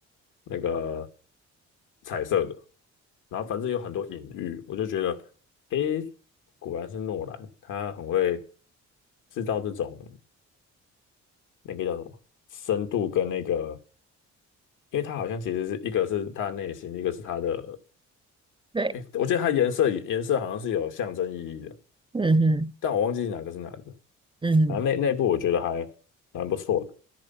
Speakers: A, on the left; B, on the right.
A: 那个彩色的。然后反正有很多隐喻，我就觉得，诶，果然是诺兰，他很会制造这种。那个叫什么深度跟那个，因为它好像其实是一个是它内心，一个是它的，
B: 对，
A: 诶，我记得它颜色颜色好像是有象征意义的，
B: 嗯哼，
A: 但我忘记哪个是哪个。
B: 嗯哼，
A: 反正那那部我觉得还蛮不错的。